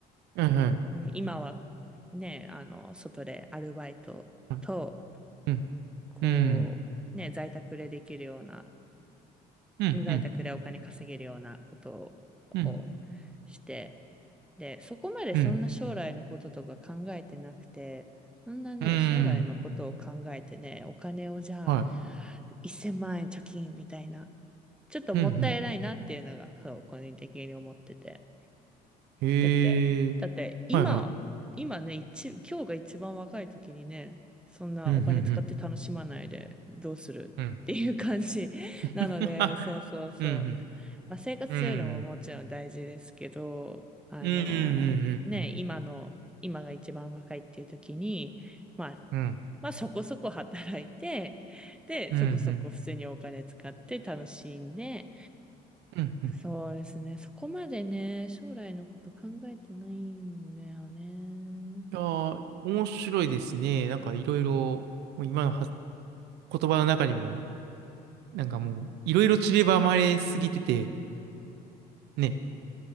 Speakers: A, on the right; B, in the centre.
A: はい、はい。
B: うん今はね、あの、外でアルバイトと、
A: はいうん、
B: こう、
A: うん、
B: ね、在宅でできるような、
A: うん、
B: 在宅でお金稼げるようなことを
A: うん、うん、
B: して、で、そこまでそんな将来のこととか考えてなくて、
A: うん、
B: そんなね、
A: うん、
B: 将来のことを考えてね、お金をじゃあ、
A: はい、
B: 1000万円貯金みたいな、ちょっともったいないなっていうのが、
A: うん、うん。
B: そう、個人的に思ってて。
A: へえ。
B: だって、だって、今、
A: はいはい。
B: 今ね、一、今日が一番若い時にね、そんなお金使って楽しまないでどうするっていう感じ
A: うん、うん、うん。うん。
B: <laughs>
A: <laughs>
B: なので、そうそうそう。
A: うん、うん。
B: まあ、生活するのももちろん大事ですけど、
A: うん、
B: あのね、
A: うん、うん。
B: 今の、今が一番若いっていう時に、まあ、
A: うん、
B: まあそこそこ働いて、で、
A: うん、
B: そこそこ普通にお金使って楽しんで、
A: うん。うんうんうん
B: そうですね。そこまでね、将来のこと考えてないんだよね。
A: いやー、面白いですね。なんかいろいろ、もう今のは言葉の中にも、なんかもう、いろいろ散りばまれすぎてて、ね、